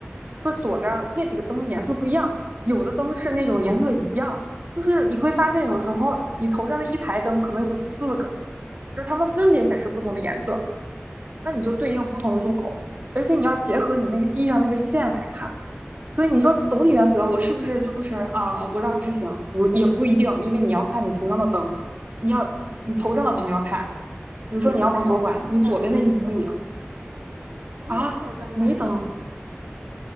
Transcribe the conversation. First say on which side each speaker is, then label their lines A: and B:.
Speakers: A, on the right; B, on the right.
A: 就是左边儿那几个灯的颜色不一样，有的灯是那种颜色一样，就是你会发现有时候你头上那一排灯可能有四个，就是它们分别显示不同的颜色。那你就对应不同的路口，而且你要结合你那个地上那个线来看。所以你说总体原则，我是不是就是啊、呃我让直行不也不一定，因为你要看你头上的灯，你要你头上的灯要看。比如说你要往左拐，
B: 如果没有灯呢？
A: 你左边那些灯影
B: 如果没有灯呢？
A: 啊没灯